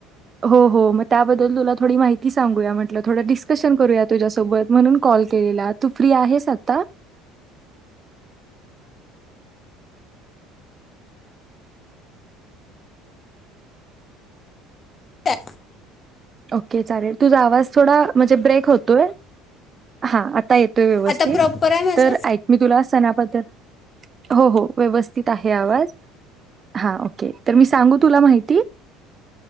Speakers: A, on the right; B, on the left.
A: हो हो म त्याबद्ल तुला थोडी माहिती सांगूया म्हटलं थोड डीस्कशन करूयात. तुझ्यासोबत म्हणून कॉल केलेला. तू फ्री आहेस आता?
B: त्या
A: ओके चालेल तुझा आवाज थोडा म्हणजे ब्रेक होतोय हा आता येतोय व्यवस्थित
B: आता प्रॉपर आहे माझं
A: तर
B: दीदी
A: ऐक मी तुला सणाबद्दल हो हो व्यवथित आहे आवाज हा ओके तर मी सांगू तुला माहिती